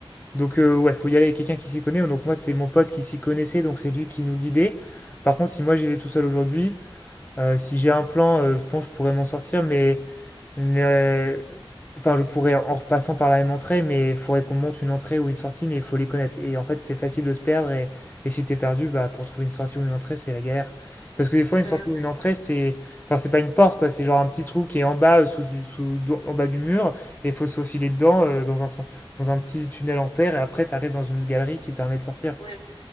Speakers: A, on the left; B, on the left.
A: donc heu, ouais, faut y aller avec quelqu'un qui s'y connaît. Donc moi, c'est mon pote qui s'y connaissait, donc c'est lui qui nous guidait. Par contre, si moi j'y vais tout seul aujourd'hui, Euh, si j'ai un plan, euh, je pense que je pourrais m'en sortir, mais, mais, euh, enfin, je pourrais en repassant par la même entrée, mais il faudrait qu'on monte une entrée ou une sortie, mais il faut les connaître. Et en fait, c'est facile de se perdre, et, et si t'es perdu, bah, pour trouver une sortie ou une entrée, c'est la galère. Parce que des fois,
B: Bah
A: une sortie
B: oui,
A: ou une entrée, c'est, enfin, c'est pas une porte, quoi, c'est genre un petit trou qui est en bas, euh, sous, du- sous- do- en bas du mur, et il faut se faufiler dedans, euh, dans un, sens- dans un petit tunnel en terre, et après, t'arrives dans une galerie qui te permet de sortir.
B: ouais,